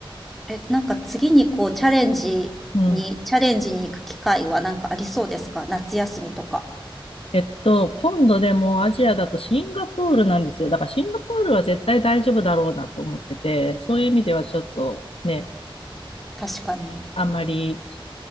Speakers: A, in the centre; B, on the left.
A: え、なんか次にこうチャレンジに、
B: うん。
A: チャレンジに行く機会はなんかありそうですか夏休みとか。
B: えっと、今度でもアジアだとシンガポールなんですよ。だからシンガポールは絶対大丈夫だろうなと思ってて、そういう意味ではちょっとね、
A: 確かに。
B: あんまり